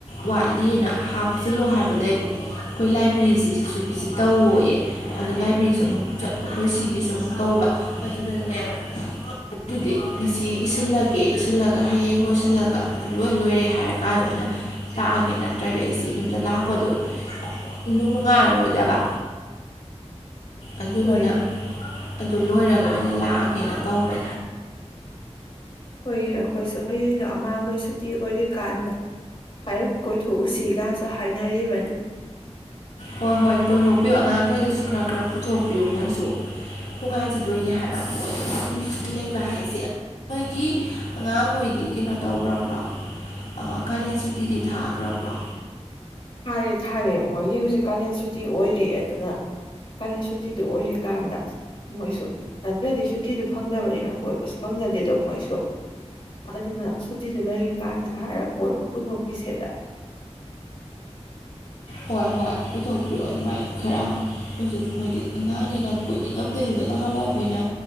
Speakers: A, on the left (about 80°); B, on the left (about 50°).
A: ꯋꯥꯠꯂꯤꯑꯅ ꯍꯥꯞꯆꯤꯜꯂꯨ ꯍꯥꯏꯕꯗꯩ ꯑꯩꯈꯣꯏ ꯂꯥꯏꯕ꯭ꯔꯦꯔꯤꯁꯤ ꯁꯤꯁꯨ ꯚꯤꯖꯤꯠ ꯇꯧꯑꯦ ꯑꯗꯨ ꯂꯥꯏꯕꯔꯤꯁꯨ
B: ꯎꯝ
A: ꯑꯃꯨꯛ ꯆꯠ ꯑꯩꯈꯣꯏ ꯁꯤꯒꯤꯁꯨ ꯑꯃꯨꯛ ꯇꯧꯕ ꯑꯗꯨꯗꯅꯦ ꯑꯗꯨꯗꯤ ꯉꯁꯤ ꯏꯁꯤꯜꯂꯒꯦ ꯏꯁꯤꯜꯂꯒ ꯍꯌꯦꯡ ꯂꯣꯏꯁꯤꯜꯂꯒ ꯑꯗꯨꯝ ꯂꯣꯏ ꯂꯣꯏꯔꯦ ꯍꯥꯏꯔꯀꯥꯟꯗ ꯑꯩꯅ ꯂꯥꯛꯑꯒꯦ ꯅꯠꯇ꯭ꯔꯗꯤ ꯑꯩꯁꯤꯦ ꯌꯨꯝꯗ ꯂꯥꯛꯄꯗꯨ ꯅꯨꯡ ꯅꯨꯡꯉꯥꯏꯔꯔꯣꯏꯗꯕ ꯑꯗꯨꯗꯨꯅ
B: ꯍꯣꯏꯅꯦ
A: ꯑꯗꯨ ꯂꯣꯏꯔꯒ ꯑꯣꯏꯅ ꯂꯥꯛꯑꯒꯦꯅ ꯇꯧ <inaudible>
B: ꯍꯣꯏꯌꯦ ꯑꯩꯈꯣꯏꯁꯨ ꯍꯌꯦꯡꯗꯣ ꯑꯉꯥꯡꯈꯩ ꯁꯨꯇꯤ ꯑꯣꯏꯔꯤꯀꯥꯟꯗ ꯍꯥꯏꯔꯞ ꯀꯣꯏꯊꯣꯛꯎꯁꯤꯒꯁꯨ ꯍꯥꯏꯅꯔꯤꯕꯅꯤ
A: ꯍꯣꯏ ꯍꯣꯏ ꯀꯣꯏꯊꯣꯛꯄꯤꯌꯨ ꯑꯉꯥꯡꯈꯩꯗꯁꯨ ꯈꯔ ꯈꯔ ꯄꯨꯊꯣꯛꯄꯤꯌꯨ ꯃꯣꯏꯁꯨ ꯅꯨꯡꯉꯥꯏꯖꯗꯣꯏꯅꯤ ꯍꯥꯏꯕ ꯃꯣꯏ ꯂꯩꯕ ꯍꯥꯏꯁꯦ ꯅꯣꯏꯒꯤ ꯑꯉꯥꯡꯍꯣꯏꯗꯤ ꯀꯩꯅꯣ ꯇꯧꯈ꯭ꯔꯕ꯭ꯔꯣ ꯀꯥꯂꯦꯟ ꯁꯨꯇꯤꯗꯤ ꯊꯥꯈ꯭ꯔꯕ꯭ꯔꯣ
B: ꯊꯥꯔꯦ ꯊꯥꯔꯦ ꯃꯣꯏꯒꯤ ꯍꯧꯖꯤꯛ ꯀꯥꯂꯦꯟ ꯁꯨ ꯗꯤ ꯑꯣꯏꯔꯦꯦ ꯑꯗꯨꯅ ꯀꯂ ꯁꯨꯇꯤꯗꯨ ꯑꯣꯏꯔꯤꯀꯥꯟꯗ ꯃꯣꯏꯁꯨ ꯅꯠꯇ꯭ꯔꯗꯤ ꯁꯨꯇꯤꯗꯨ ꯐꯪꯗꯕꯅꯤꯅ ꯀꯣꯏꯕꯁꯨ ꯐꯪꯖꯗꯦꯗꯣ ꯃꯣꯏꯁꯨ ꯑꯗꯨꯅ ꯁꯨꯇꯤꯗꯨ ꯂꯩꯔꯤꯀꯥꯟꯗ ꯍꯥꯏꯔꯒ ꯀꯣꯏꯕ ꯄꯨꯊꯣꯛꯄꯤꯁꯦꯗ
A: ꯍꯣꯏ ꯍꯣꯏ ꯄꯨꯊꯣꯛꯄꯤꯔꯣ ꯑꯗꯨꯃꯥꯏꯅ ꯈꯔ ꯍꯧꯁꯨ ꯃꯣꯏꯗꯤ ꯑꯉꯥꯡꯅꯤꯅ ꯀꯣꯏꯅꯤꯡꯉꯝꯗꯣꯏꯅꯤꯗꯣ ꯅꯍꯥꯟꯋꯥ ꯑꯩꯈꯣꯏꯅ